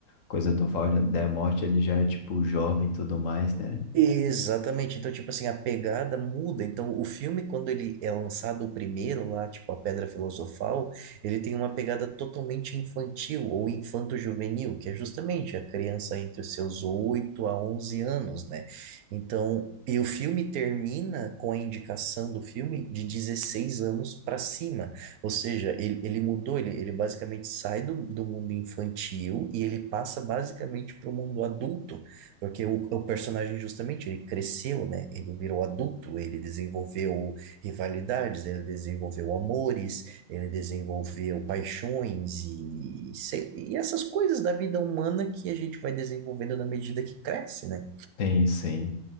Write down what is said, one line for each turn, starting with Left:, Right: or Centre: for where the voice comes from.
Left: Coisa do Val da Morte, ele já é, tipo, jovem e tudo mais, né?
Right: Exatamente. Então, tipo assim, a pegada muda. Então, o filme, quando ele é lançado, o primeiro lá, tipo A Pedra Filosofal, ele tem uma pegada totalmente infantil ou infanto-juvenil, que é justamente a criança entre os seus 8 a 11 anos, né? Então, e o filme termina com a indicação do filme de 16 anos para cima. Ou seja, ele, ele mudou, ele, ele basicamente sai do, do mundo infantil e ele passa basicamente para o mundo adulto. Porque o, o personagem, justamente, ele cresceu, né? Ele virou adulto, ele desenvolveu rivalidades, ele desenvolveu amores, ele desenvolveu paixões e, se- e essas coisas da vida humana que a gente vai desenvolvendo na medida que cresce, né?
Left: Tem, sim.